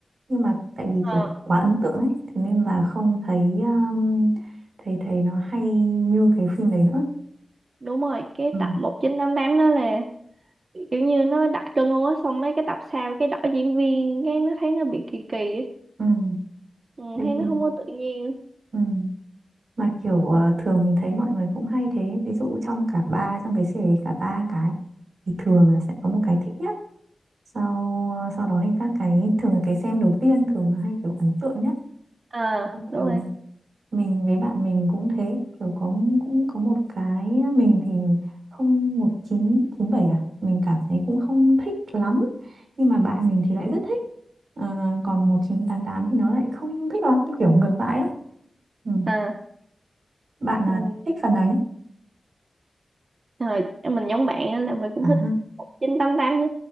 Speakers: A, on the right; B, on the right.
A: nhưng mà tại vì
B: ờ
A: kiểu quá ấn tượng ấy thế nên là không thấy um, thấy thấy nó hay như cái phim đấy nữa
B: đúng rồi cái
A: ừ.
B: tập 1988 đó là kiểu như nó đặc trưng luôn á xong mấy cái tập sau cái đổi diễn viên cái nó thấy nó bị kỳ kỳ á
A: Ừ.
B: ừ,
A: tại
B: thấy nó
A: vì
B: không có tự nhiên
A: ừ. mà kiểu ờ, thường mình thấy mọi người cũng hay thế ví dụ trong cả ba trong cái series cả ba cái thì thường là sẽ có một cái thích nhất sau sau đó thì các cái thường là cái xem đầu tiên thường là hay kiểu ấn tượng nhất
B: à
A: ừ
B: đúng rồi
A: mình với bạn mình cũng thế kiểu có cũng có một cái mình thì không một chín chín bảy à mình cảm thấy cũng không thích lắm nhưng mà bạn mình thì lại rất thích Ờ, còn một chín tám tám thì nó lại không thích lắm kiểu ngược lại đó ừ.
B: à
A: bạn là
B: ừ.
A: thích phần nào nhất
B: thời em mình giống bạn á là mình cũng
A: à
B: thích
A: ha.
B: 1988 nhé